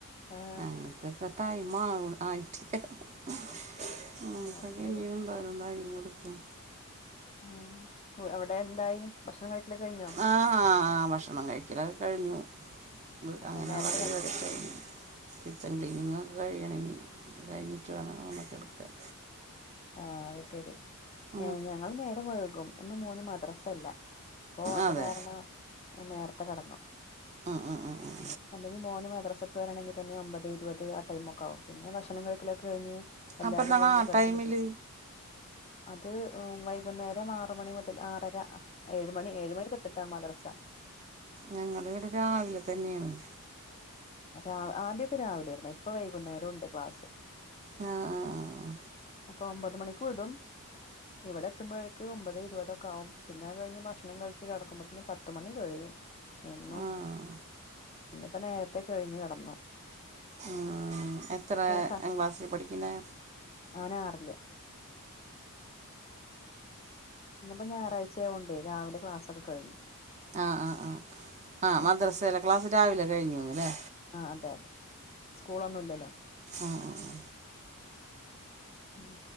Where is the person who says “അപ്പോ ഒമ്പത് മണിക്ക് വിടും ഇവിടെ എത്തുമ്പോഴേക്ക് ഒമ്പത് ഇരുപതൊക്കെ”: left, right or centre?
Left